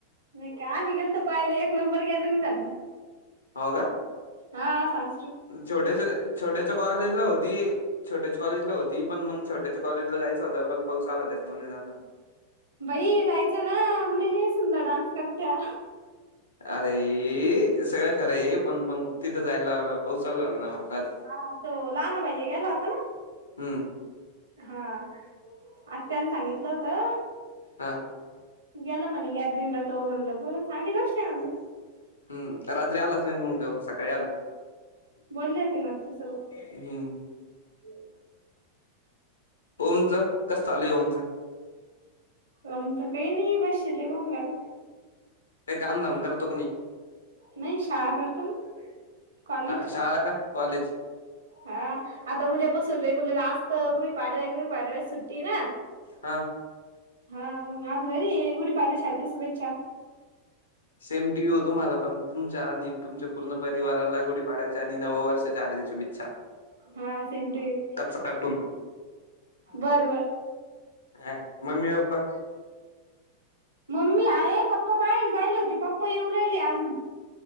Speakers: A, on the right; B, on the left.
A: नाही का. आम्ही गेलतो पाहिलं एक नंबर गॅदरिंग झालती.
B: हो का.
A: हा सां-
B: छोट्याशा छोट्याच्या कॉलेजला होती. छोट्याच्या कॉलेजला होती पण मंग छोट्याच्या कॉलेजला जायचं होत पण पाऊस आला त्याच्यामुळे नाही जाणार.
A: बाई जायचं ना मुली लई सुंदर डान्स करत्या.
B: अरे ए सगळं खरं आहे पण मंग तिथं जायला पाऊस चालू झाला ना.
A: हा तो लहाना भैय्या गेला होता ना.
B: हम्म.
A: हा. आत्यान सांगितलं होतं.
B: हा.
A: गेला म्हणे गॅदरिंगला तो म्हणलं बर चांगली गोष्ट य म्हणलं.
B: हम्म रात्री आलाच नाही मंग त्यो सकाळी आला.
A: बोलले होते ना ते स <unintelligible>
B: हम्म ओमचं? कस चालय ओमच?
A: ओमचं काही नाही बशेल ए <unintelligible>
B: काई कामं - धाम करतो की नाही?
A: नाही शाळा करतो ना. कॉलेज.
B: हा शाळा का कॉलेज
A: हा आता उद्यापासून रेग्युलर असत, गुडी पाडवा हाय गुडी पाडव्याची सुट्टी ना.
B: हा.
A: हा मग आज घरी आहे. गुढी पाडव्याच्या हार्दिक शुभेच्छा.
B: सेम टु यु तुम्हाला पण तुमच्या आणि तुमच्या पूर्ण परिवाराला गुडी पाडव्याच्या आणि नव वर्षाच्या हार्दिक शुभेच्छा.
A: हा सेम टु यू
B: कच्च कार्टून
A: बर बर.
B: हा मम्मी पप्पा
A: मम्मी आहे पप्पा बाहेर जायेल होते पप्पा येऊ राहिले अजून.